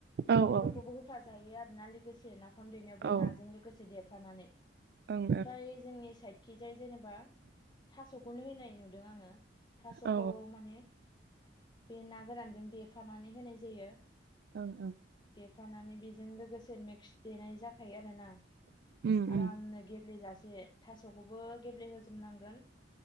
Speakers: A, on the right; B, on the left.
A: औ
B: बेफोरखौबो
A: औ
B: होफा जायो आरोना लोगोसे नाफाम देनायाव बे
A: ओं
B: नाजों लोगोसे देफानानै।
A: ओं
B: फ्राय जोंनि साइदखिजाय जेनेबा थास'खौनो होनाय नुदों आङो। थास'खौ
A: औ
B: माने बे ना गोरानजों देफानानै होनाय जायो।
A: औ औ
B: सुफानानै बेजों लोगोसे मिक्स देनाय जाखायो आरो ना
A: उम उम
B: आरामनो गे गेब्लेेजासे थास'खौबो गेब्लेहोजोबनांगोन